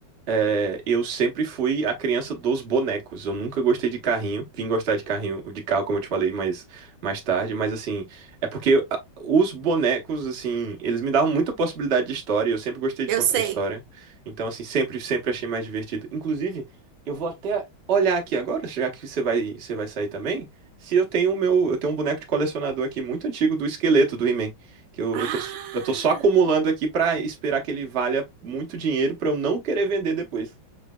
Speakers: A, on the right; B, on the right.
A: É, eu sempre fui a criança dos bonecos. Eu nunca gostei de carrinho. Vim gostar de carrinho, de carro, como eu te falei, mais mais tarde. Mas assim, é porque ah, os bonecos, assim, eles me davam muita possibilidade de história. Eu sempre gostei de
B: Eu
A: contar
B: sei.
A: história. Então, assim, sempre, sempre achei mais divertido. Inclusive, eu vou até olhar aqui agora, já que você vai, você vai sair também. Se eu tenho o meu, eu tenho um boneco de colecionador aqui muito antigo do esqueleto do He-Man. Que eu,
B: Ah!
A: eu tô, eu tô só acumulando aqui pra esperar que ele valha muito dinheiro pra eu não querer vender depois.